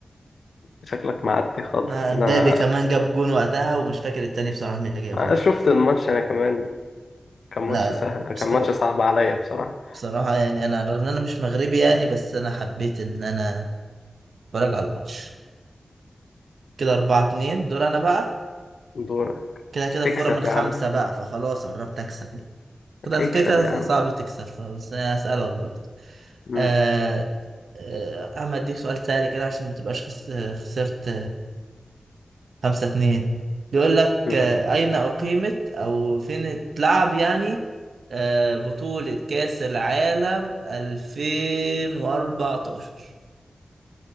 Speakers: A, on the left; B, on the right.
A: شكلك معدي خالص
B: ما-
A: انا
B: مبابي كمان جاب جون وقتها ومش فاكر التاني بصراحة مين اللي جابه
A: أنا شفت الماتش انا كمان كان ماتش
B: لا لا
A: سهل كان
B: بصراحة,
A: ماتش صعب عليا بصراحة
B: بصراحة يعني أنا رغم إن أنا مش مغربي يعني بس أنا حبيت إن أنا أتفرج على الماتش كده أربعة اتنين دور أنا بقى
A: دورك
B: كده كده الفورة
A: اكسب
B: من خمسة
A: يا عم
B: بقى فخلاص قربت أكسب يعني كده
A: اكسب
B: كده كده
A: يا عم
B: صعب تكسب بس أنا هسألك برضه
A: مم.
B: آه آه أما أديك سؤال سهل كده عشان ما تبقاش خس- خسرت خمسة اتنين بيقول لك
A: مم.
B: آه، أين أقيمت أو فين اتلعب يعني آه، بطولة كأس العالم 2014